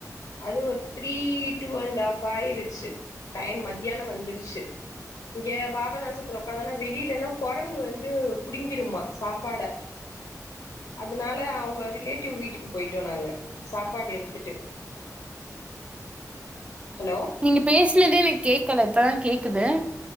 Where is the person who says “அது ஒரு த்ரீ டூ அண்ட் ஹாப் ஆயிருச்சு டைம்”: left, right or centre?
Left